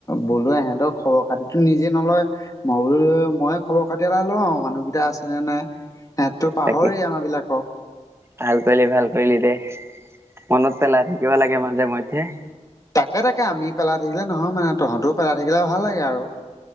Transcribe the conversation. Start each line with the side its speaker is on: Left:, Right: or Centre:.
Left: বোলো, ইহঁতৰ খবৰ-খাতিটো নিজে নলয়। মই বোলো, মইয়ে খবৰ-খাতি এটা লওঁ আৰু মানুহ কেইটা আছে নে নাই, সেহঁতটো পাহৰেই
Right: তাকে
Left: আমাৰ বিলাকক।
Right: ভাল কৰিলি, ভাল কৰিলি দে। মনত পেলাই থাকিব লাগে মাজে মধ্যে।
Left: তাকে তাকে, আমি পেলাই থাকিলে নহয় মানে, তহঁতেও পেলাই থাকিলে ভাল লাগে আৰু।